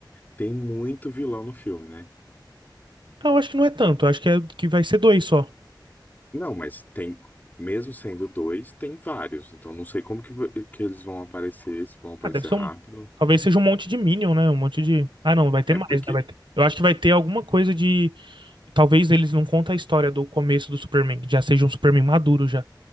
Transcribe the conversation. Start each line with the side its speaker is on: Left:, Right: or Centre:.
Left: tem muito vilão no filme, né?
Right: Ah, eu acho que não é tanto. Eu acho que, é, que vai ser dois só.
Left: Não, mas tem, mesmo sendo dois, tem vários. Então não sei como que, va- que eles vão aparecer, se vão aparecer
Right: Ah, deve ser
Left: rápido.
Right: um. Talvez seja um monte de Minion, né? Um monte de. Ah, não, vai ter mais,
Left: É porque
Right: né? Vai ter... Eu acho que vai ter alguma coisa de. talvez eles não contem a história do começo do Superman, já seja um Superman maduro já.